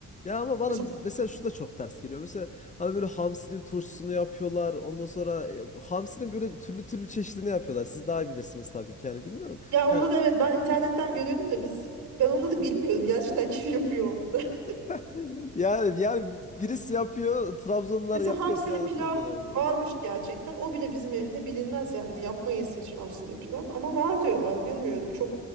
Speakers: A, on the left; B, on the right.
A: Ya ama bana
B: Mesela,
A: mesela şu da çok ters geliyor. Mesela hani böyle hamsinin turşusunu yapıyorlar. Ondan sonra ya, hamsinin böyle türlü türlü çeşidini yapıyorlar. Siz daha iyi bilirsiniz tabii ki yani bilmiyorum.
B: ya
A: Yani
B: onları da evet ben internetten görüyorum da biz ben onları da bilmiyorum gerçekten kim <laughs> yapıyor onları.
A: <laughs> yani, yani birisi yapıyor, Trabzonlular
B: Mesela
A: yapıyor
B: hamsili
A: diye atmadı
B: pilav
A: yani.
B: varmış gerçekten o bile bizim evde bilinmez yani yapmayız hiç hamsili pilav ama var diyorlar bilmiyorum çok
A: Hı.